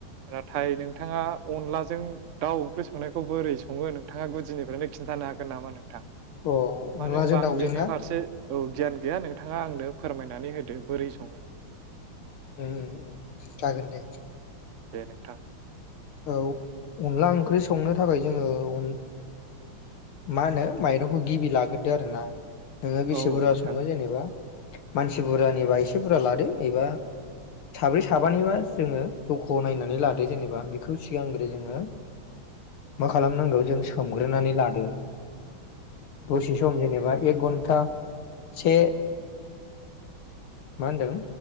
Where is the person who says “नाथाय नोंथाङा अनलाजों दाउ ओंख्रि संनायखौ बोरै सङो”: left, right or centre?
Right